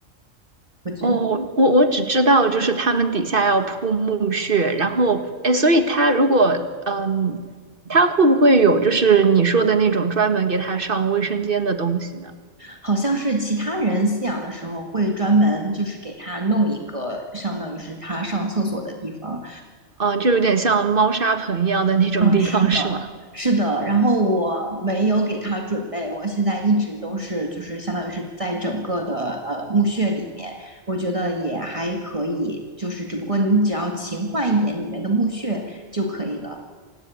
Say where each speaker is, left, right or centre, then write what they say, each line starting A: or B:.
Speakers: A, on the right; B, on the right.
A: 我觉得。
B: 哦，我我只知道就是它们底下要铺木屑，然后哎，所以它如果嗯，它会不会有就是你说的那种专门给它上卫生间的东西呢？
A: 好像是其他人饲养的时候会专门就是给它弄一个相当于是它上厕所的地方。
B: 嗯，就有点像猫砂盆一样的那种地方是吗？
A: 嗯，是是的。然后我没有给它准备，我现在一直都是就是相当于是在整个的呃墓穴里面，我觉得也还可以。就是只不过你只要勤换一点里面的墓穴就可以了。